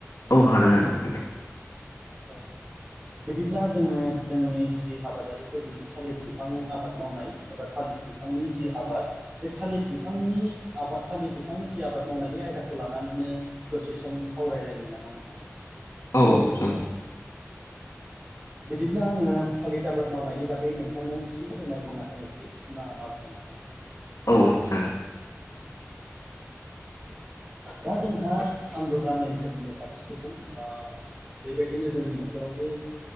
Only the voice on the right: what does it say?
औ। बिदिब्ला जोङो जोंनि जि आबादारिफोरनि थालिर बिफां आबाद मावनाय एबा थालिर बिफांनि जि आबाद बे थालिर बिफांनि आबाद थालिर बिफांनि जि आबाद मावनाय बे आयदाखौ ला नानैनो दसे सम सावरायलायनि नामा नोंथां?
बिदिब्ला आङो थालिर आबाद मावनायनि बागै नोंथांनो एसे फोरमायग्रोना होनोसै ना मा बुङो नोंथां?
दा जोंहा आंबो गामि ओनसोलनिनो सासे सुबुं ओ बेबायदिनो जोंनि न'खरावबो